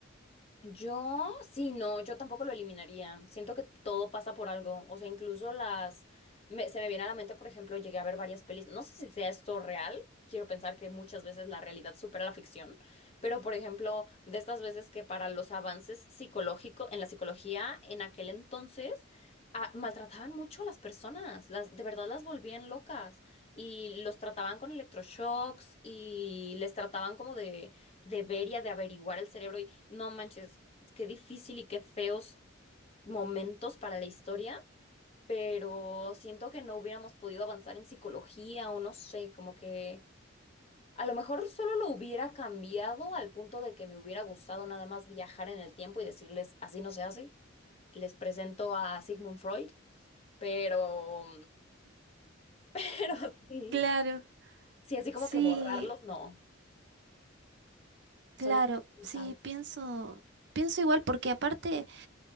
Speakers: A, on the left; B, on the right.
A: Yo, sí, no, yo tampoco lo eliminaría. Siento que todo pasa por algo. O sea, incluso las... me- se me viene a la mente, por ejemplo, llegué a ver varias pelis. No sé si sea esto real. Quiero pensar que muchas veces la realidad supera la ficción. Pero, por ejemplo, de estas veces que para los avances psicológicos, en la psicología, en aquel entonces, ah, maltrataban mucho a las personas. Las, de verdad las volvían locas. Y los trataban con electroshocks y les trataban como de debería de averiguar el cerebro y no manches, qué difícil y qué feos momentos para la historia, pero siento que no hubiéramos podido avanzar en psicología o no sé, como que a lo mejor solo lo hubiera cambiado al punto de que me hubiera gustado nada más viajar en el tiempo y decirles, así no se hace, les presento a Sigmund Freud, pero, <laughs> pero sí,
B: Claro.
A: sí, así como
B: Sí.
A: que borrarlos, no, son
B: Claro,
A: indispensables.
B: sí, pienso, pienso igual, porque aparte